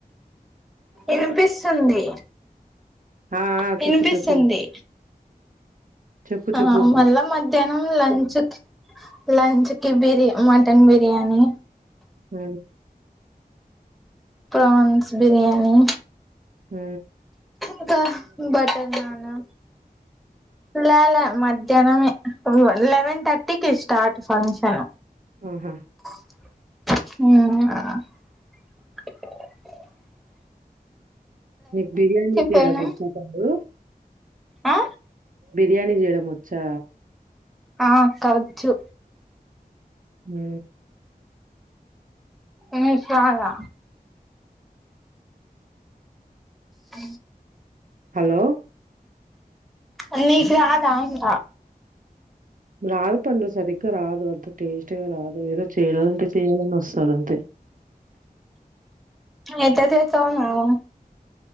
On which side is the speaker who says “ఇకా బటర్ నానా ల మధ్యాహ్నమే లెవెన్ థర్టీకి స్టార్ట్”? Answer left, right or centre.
Centre